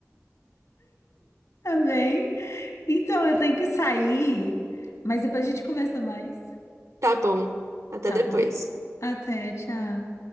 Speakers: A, on the left (about 80°); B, on the right (about 75°).
A: Tá bem? Então, eu tenho que sair, mas depois a gente conversa mais,
B: Tá bom. Até
A: tá
B: depois.
A: bom? Até, tchau.